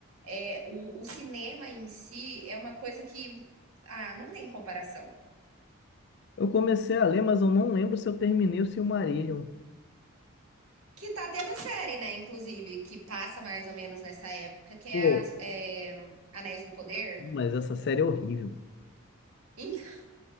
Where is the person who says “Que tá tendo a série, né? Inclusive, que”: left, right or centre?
Right